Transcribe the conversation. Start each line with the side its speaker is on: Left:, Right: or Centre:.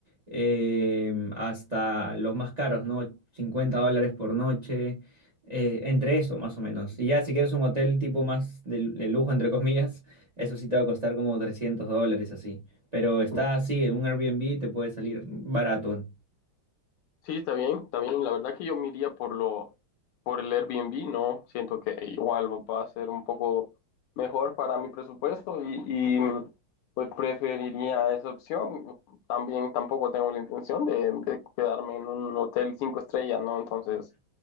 Right: em, hasta los más caros, ¿no? 50 dólares por noche, eh, entre eso más o menos. Y ya si quieres un hotel tipo más de, de lujo, entre comillas, eso sí te va a costar como 300 dólares así. Pero está así, un Airbnb te puede salir barato.
Left: Sí, está bien, está bien. La verdad que yo me iría por lo, por el Airbnb, ¿no? Siento que igual va a ser un poco mejor para mi presupuesto y, y, pues preferiría esa opción. También tampoco tengo la intención de, de quedarme en un hotel cinco estrellas, ¿no? Entonces,